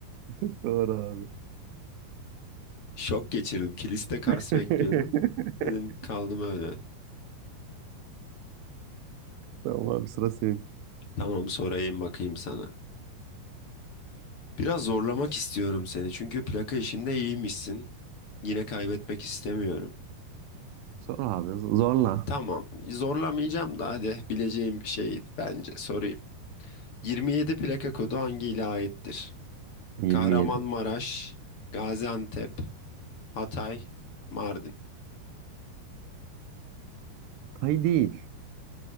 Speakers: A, on the right (about 80°); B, on the left (about 40°).
A: Doğru abi.
B: şok geçirdim. Kiliste Kars
A: <laughs>
B: bekliyordum. Dedim kaldım öyle.
A: Tamam abi sıra senin.
B: Tamam sorayım bakayım sana. Biraz zorlamak istiyorum seni. Çünkü plaka işinde iyiymişsin. Yine kaybetmek istemiyorum.
A: Sor abi z- zorla.
B: Tamam zorlamayacağım da hadi bileceğim bir şey bence sorayım. 27 plaka kodu hangi ile aittir?
A: 27.
B: Kahramanmaraş, Gaziantep, Hatay, Mardin.
A: Tay değil.